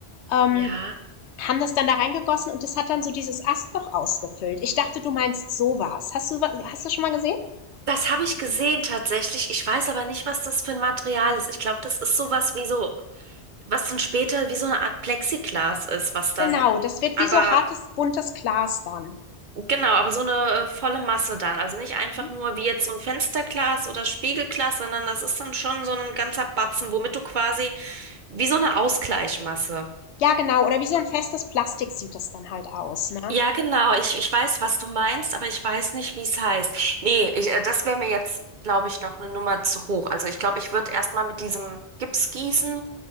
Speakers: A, on the left; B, on the right.
A: Ähm,
B: ja.
A: haben das dann da reingegossen und das hat dann so dieses Astloch ausgefüllt. Ich dachte, du meinst sowas, Hast du hast du das schon mal gesehen?
B: Das habe ich gesehen tatsächlich. Ich weiß aber nicht, was das für ein Material ist. Ich glaube, das ist sowas wie so. was dann später wie so eine Art Plexiglas ist, was dann,
A: Genau, das wird
B: aber
A: wie so hartes, buntes Glas dann.
B: genau, aber so eine äh, volle Masse dann. Also nicht einfach
A: Mhm.
B: nur wie jetzt so ein Fensterglas oder Spiegelglas, sondern das ist dann schon so ein ganzer Batzen, womit du quasi wie so eine Ausgleichmasse.
A: Ja, genau. Oder wie so ein festes Plastik sieht das dann halt aus, ne?
B: Ja, genau. Ich, ich weiß, was du meinst, aber ich weiß nicht, wie es heißt. Nee, ich, äh, das wäre mir jetzt, glaube ich, noch eine Nummer zu hoch. Also ich glaube, ich würde erstmal mit diesem Gipsgießen